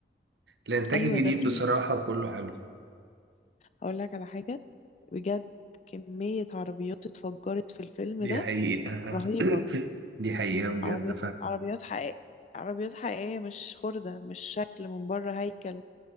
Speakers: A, on the right; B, on the left.
A: الإنتاج
B: ايوه
A: الجديد
B: ده فيه
A: بصراحة كله حلو
B: هقول لك على حاجة بجد كمية عربيات اتفجرت في الفيلم
A: دي
B: ده
A: حقيقة
B: رهيبة
A: <laughs> دي حقيقة بجد
B: عربيات عربيات حقيقية عربيات حقيقية مش خردة مش شكل من بره هيكل